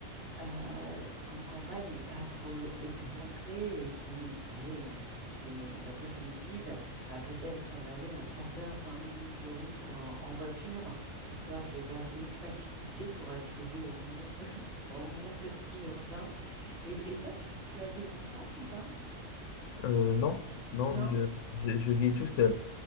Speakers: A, on the right; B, on the left.
A: euh, en campagne, mais pas trop lo- excentré, et qui est une, allez, une, une- on va dire une ville à peut-être euh, aller un quart d'heure, 20 minutes de route en, en voiture, histoire de garder une facilité pour accéder au monde, <laughs> au monde urbain. Et, et toi, tu, tu as des enfants ou pas?
B: Euh, non, non,
A: Non?
B: je, je, je vis tout seul.